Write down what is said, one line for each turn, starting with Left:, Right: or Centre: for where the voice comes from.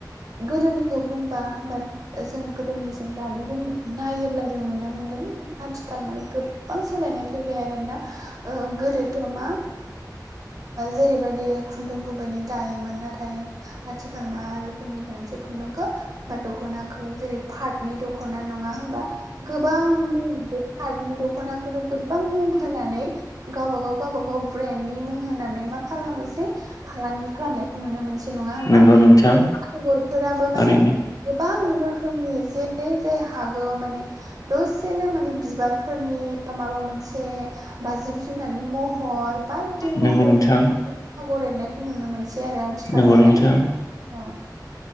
Right: गोदोनिखौ बुंबा होमबानो जों गोदोनिजों दानायजोंों नायोब्ला जों नुनो मोनगोन आथिखाल माने गो गोबां सोलायनाय फैबाय आरोोना गोदोथ' मा जेरैबायदि खुन्दुं गुबैै दायोमोन नाथाय आथिखाल मा रोखोमनि दानज खुन्दुंखौ बा दख'नाखौ जेरै पार् नि दख'ना नङा हबा गोबांनि हारनि दख'नाखौनो गोबां लुं होनोनानै गावबा गाव गावबाागाव ब्रेन्डनि मुं होनानै मा मा खालामोसै फालांगि खालामनायखौ नुनो मोनसै नङा होमबा
Left: नंगौ नोंथां नंगौ नोंथां
Right: आरो आगरफोराबो माने
Left: थारैनो
Right: गोबां रोखोमनि जे जे हागौ माने दसेनो माने बिबारफोरनि माबा मोनसे बा जिब जुनारनि मह हर बायदि महर
Left: नंगौ नोंथां
Right: होन आगर एरनायखौ नुनो मोनसै आरो आथिखालावहाय
Left: नंगौ नोंथां
Right: औ